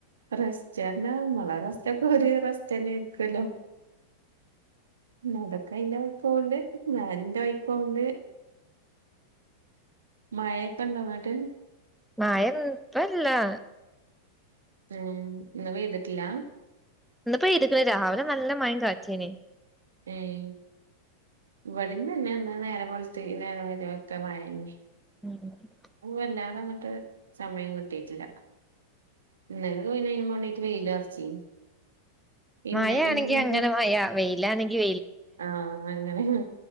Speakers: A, on the right (about 70°); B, in the centre.
A: റസ്റ്റ്ർഞ, നമ്മളെ റസ്റ്റൊക്കെ ഒരു റസ്റ്റന്നെ ആയിരിക്കോല്ലോ. അതൊക്കെ അയിന്റെ വൈക്കോണ്ട്, ഞാൻ ന്റെ വൈക്കോണ്ട്. മഴയൊക്കെണ്ടോങ്ട്ട്.
B: മയെന്നുപ്പല്ലാ.
A: ം ന്ന് പെയ്തിട്ടില്ലാ.
B: ഇന്ന് പെയ്ത്ക്ക്‌ണ് രാവിലെ നല്ല മഴെം കാറ്റേന്.
A: ഏഹ് ഇവിടെം തന്നെ ഇന്ന് നേരം വെളുത്ത് ഈ നേരം വെള്ത്ത മഴെന്നെ
B: ം
A: ന്ന് വല്ലാതങ്ങ്ട്ട് സമയം കിട്ടീട്ടില്ല ഇന്നാലെ മുഴുവനും അയ്നും മേണ്ടീട്ട് വെയിലുറച്ചീന്നു. ഇമ്മെകെന്തിന്ന്ട്ട്
B: മഴയാണെങ്കി അങ്ങനെ മഴ വെയിലാണെങ്കി
A: ആഹ് അങ്ങനെണ്.